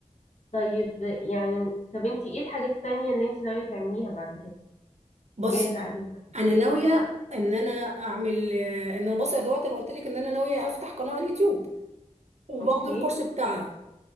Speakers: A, on the left; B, on the right.
A: طيب يعني طب انت ايه الحاجات التانية اللي انت ناوية تعمليها بعد كده
B: بص
A: ايه اللي هتبدأ في
B: انا
A: كده؟
B: ناويه ان انا اعمل آه، ان انا بص يا دوت انا قلت لك ان انا ناويه افتح قناه على اليوتيوب وباخد
A: اوكي
B: الكورس بتاعها